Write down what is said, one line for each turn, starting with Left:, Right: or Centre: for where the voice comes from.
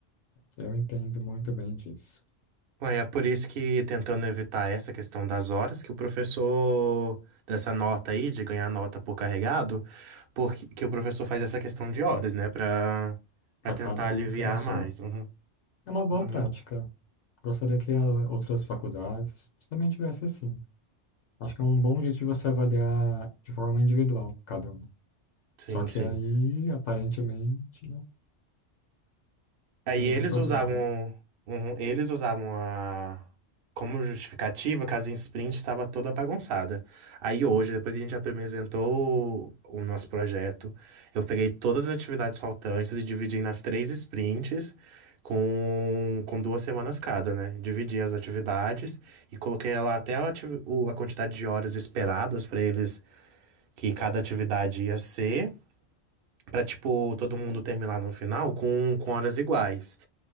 Left: Eu entendo muito bem disso.
Right: Ué, é por isso que tentando evitar essa questão das horas, que o professor dessa nota aí, de ganhar nota por carregado, porque que o professor faz essa questão de horas, né? Pra, pra
Left: Para
Right: tentar
Left: cada
Right: aliviar
Left: um ter a sua.
Right: mais. Uhum,
Left: É uma boa
Right: uhum.
Left: prática. Gostaria que as outras faculdades também tivesse assim. Acho que é um bom jeito de você avaliar de forma individual cada um.
Right: Sim,
Left: Só que
Right: sim.
Left: aí, aparentemente, não
Right: Aí
Left: temos
Right: eles
Left: um problema.
Right: usavam, um- eles usavam a como justificativa que a Zin Sprint estava toda bagunçada. Aí hoje, depois que a gente apresentou o, o nosso projeto, eu peguei todas as atividades faltantes e dividi nas três sprints com, com duas semanas cada, né? Dividi as atividades e coloquei lá até a, ati- o- a quantidade de horas esperadas para eles que cada atividade ia ser, para tipo todo mundo terminar no final com, com horas iguais.